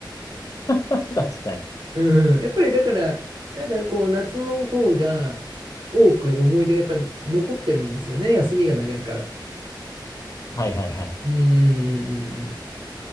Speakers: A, on the left; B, on the right.
A: <laughs> 確かに。
B: うん、やっぱりだから、なんかこう夏の方が多く思い出がやっぱ残ってるんですよね、休みが長いから。
A: はいはいはい。
B: うん、